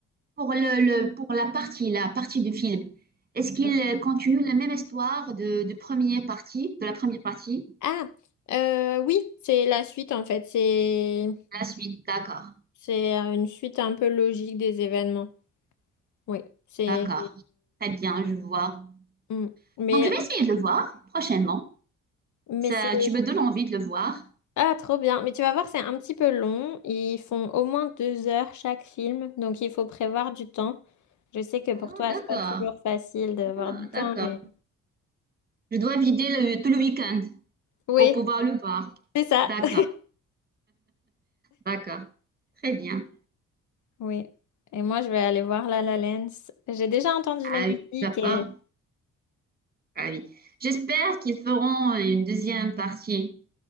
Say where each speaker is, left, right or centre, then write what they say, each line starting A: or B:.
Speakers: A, on the right; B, on the left.
A: pour le, le- pour la partie la partie du film? Est-ce qu'il
B: Oui.
A: euh, continue la même histoire de, de première partie, de la première partie?
B: Ah, euh, oui, c'est la suite en fait. C'est
A: La suite, d'accord,
B: C'est euh, une suite un peu logique des événements. Oui, c'est...
A: d'accord. Très bien, je vois.
B: Mm. Mais,
A: Donc je vais essayer de le voir prochainement.
B: mais
A: Ça,
B: c'est...
A: tu me donnes envie de le voir.
B: Ah, trop bien. Mais tu vas voir, c'est un petit peu long. Ils font au moins deux heures chaque film, donc il faut prévoir du temps. Je sais que pour
A: Ah,
B: toi,
A: d'accord.
B: c'est pas toujours facile d'avoir
A: Ah,
B: du temps,
A: d'accord.
B: mais...
A: Je dois vider le- tout le week-end
B: Oui,
A: pour pouvoir le voir.
B: c'est ça.
A: D'accord,
B: <laughs>
A: d'accord. Très bien.
B: Oui. Et moi, je vais aller voir La La Land. J'ai déjà entendu la
A: Ah
B: musique
A: oui, tu vas
B: et...
A: pas. Ah oui. J'espère qu'ils feront une deuxième partie.